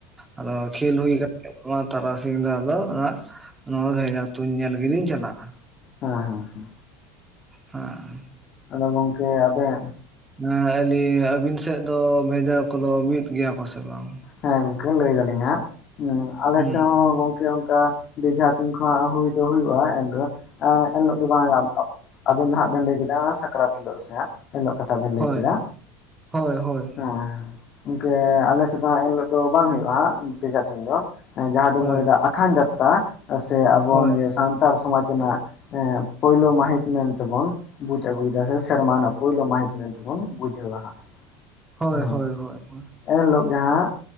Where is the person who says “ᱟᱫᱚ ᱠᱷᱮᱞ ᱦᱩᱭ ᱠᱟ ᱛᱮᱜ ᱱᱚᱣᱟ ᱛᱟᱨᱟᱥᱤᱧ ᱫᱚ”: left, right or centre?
Right